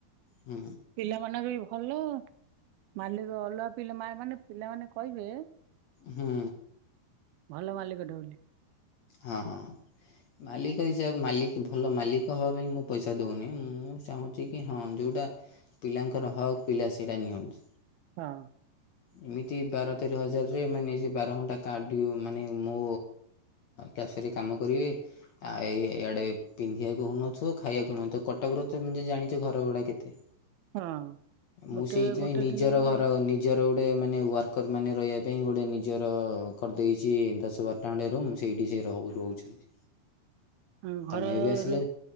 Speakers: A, on the left; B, on the right.
A: ହୁଁ
B: ପିଲାମାନଙ୍କ ବି ଭ ଭଲ ମାଲିକ ଅଲଗା ପିଲା ମା ମାନେ ପିଲାମାନେ କହିବେ
A: ହୁଁ
B: ଭଲ ମାଲିକ ଟେ ବୋଲି
A: ହଁ ହଁ ମାଲିକ ହିସାବ ମାଲିକ ଭଲ ମାଲିକ ହେବା ପାଇଁ ମୁଁ ପଇସା ଦେଉନି ମୁଁ ଚାହୁଁଛି କି ହଁ ଯେଉଁଟା ପିଲାଙ୍କର ହକ୍ ପିଲା ସେଇଟା ନିଅନ୍ତୁ
B: ହଁ
A: ଏମିତି ବାର ସତର ହଜାରରେ ମାନେ ସେ ବାର ଘଣ୍ଟା କାଡ ଡିଓ ମାନେ ମୋ କାଫେ ରେ କାମ କରିବେ ଆଉ ଏଇ ଆଡ଼େ ପିନ୍ଧିବାକୁ ହଉନଥିବ ଖାଇବାକୁ ହଉନଥିବ କଟକର ତମେତ ଜାଣିଛ ଘର ଗୁଡ଼ା କେତେ
B: ହଁ
A: ମୁଁ
B: ଗୋଟେ
A: ସେଇଥିପାଇଁ
B: ଗୋଟେ
A: ନିଜର
B: ଦିନକୁ
A: ଘର ନିଜର ଗୋଟେ ମାନେ ୱାର୍କର ମାନେ ରହିବାକୁ ପାଇଁ ଗୋଟେ ନିଜର କରିଦେଇଛି ଦଶ ବାରଟା ଖଣ୍ଡେ ରୁମ ସେଇଠି ସେ ରହୁ ରହୁଛନ୍ତି
B: ହହୁଁ
A: ତମେ
B: ଘରେ
A: ବି ଆସିଲେ